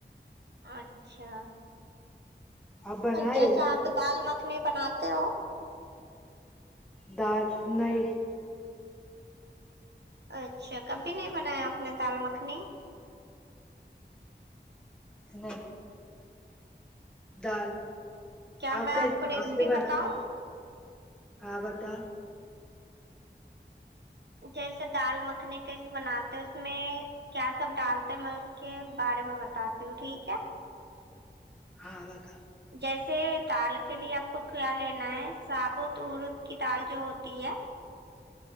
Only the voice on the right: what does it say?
اچھا
جیسے
آپ دال مکھنی بناتے ہو
اچھا کبھی نہیں بنایا آپ نے دال مکھنی
کیا
میں
کو ریسیپی
بتاؤں
جیسے دال مکھنی کیسے بناتے اس میں کیا سب ڈالتے میں اس کے بارے میں بتاتی ہوں ٹھیک ہے
جیسے دال کے لیے آپ کو کیا لینا ہے ثابوت ارود کی دال جو ہوتی ہے